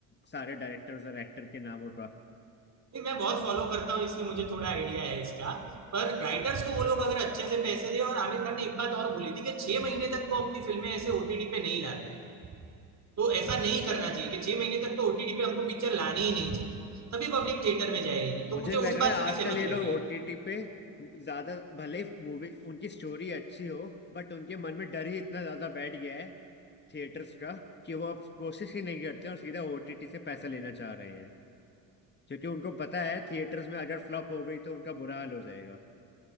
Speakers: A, on the left; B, on the right.
A: सारे डायरेक्टर्स और एक्टर के नामों का
B: नहीं, मैं बहुत फॉलो करता हूँ इसलिए मुझे थोड़ा आइडिया है इसका पर राइटर्स को वो लोग अगर अच्छे से पैसे दे और आमिर खान ने एक बात और बोली थी कि छह महीने तक वो अपनी फिल्में ऐसे ओटीटी पे नहीं लाता है तो ऐसा नहीं करना चाहिए कि छह महीने तक तो ओटीटी पे हमको पिक्चर लानी ही नहीं चाहिए तभी पब्लिक थिएटर में जाएगी तो
A: मुझे
B: मुझे
A: लग
B: उस
A: रहा
B: बात
A: है
B: से
A: आजकल
B: भी सहमति
A: ये
B: लग
A: लोग
B: रही है
A: ओटीटी पे ज्यादा भले मूवी उनकी स्टोरी अच्छी हो बट उनके मन में डर ही इतना ज्यादा बैठ गया है थिएटर्स का कि वो अब कोशिश ही नहीं करते और सीधा ओटीटी से पैसा लेना चाह रहे हैं क्योंकि उनको पता है थिएटर्स में अगर फ्लॉप हो गई तो उनका बुरा हाल हो जाएगा